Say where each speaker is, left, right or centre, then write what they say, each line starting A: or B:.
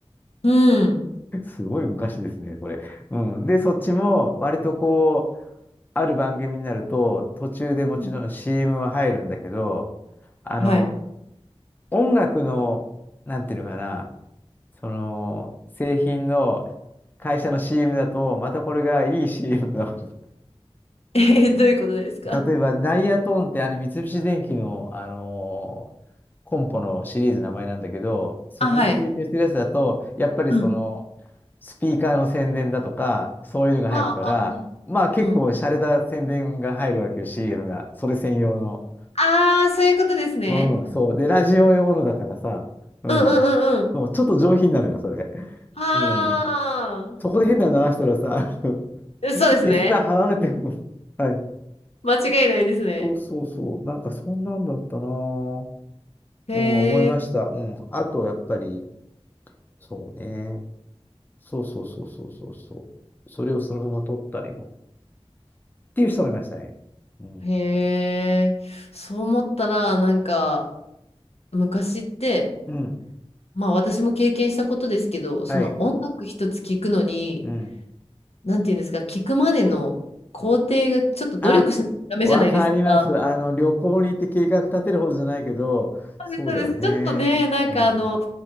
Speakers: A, on the left; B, on the left.
A: うん。
B: <laughs> すごい昔ですね、これ。うん。で、そっちも割とこう、ある番組になると、途中でもちろん
A: うん
B: CM は入るんだけど、あの、
A: はい。
B: 音楽の、なんていうのかな、その、製品の会社の CM だと、またこれがいい CM だわけ。
A: <laughs> えどういうことですか
B: 例えば、ダイヤトーンってあの三菱電機の、あのーコンポのシリーズの名前なんだけど、そこが提供してるやつだと、
A: あ、はい。
B: やっぱりその、
A: うん。
B: スピーカーの宣伝だとか、そういうのが入るから、
A: まあ、まあ、うん
B: まあ結構洒落た宣伝が入るわけよ、
A: うん。
B: CM が。それ専用の。
A: ああ、そういうことですね。
B: うん、そう。で、ラジオ用のだからさ、うん。
A: うんうんうんうん。
B: そう、ちょっと上品なのよ、それ。
A: あ
B: うん。そこで変なの流したらさ、<laughs>
A: あ、そうですね。
B: リスナー離れてくの。はい。
A: 間違いないですね。
B: そうそうそう。なんかそんなんだったなぁ。
A: へえ。
B: うん、思いました。うん。あと、やっぱり、そうね。そうそうそうそうそうそう。それをそのまま撮ったりも。っていう人もいましたね。うん。
A: へえ、そう思ったら、なんか、昔って、
B: うん。
A: まあ私も経験したことですけど、その音楽一つ聞くのに、
B: はい。うん。
A: なんていうんですか、聞くまでの工程がちょっと努力しないとダメじゃないですか。
B: あ、わかります。あの、旅行に行って計画立てるほどじゃないけど、
A: そうです、
B: そうだよね。
A: そうです。ちょっとね、なんかあの、
B: うん。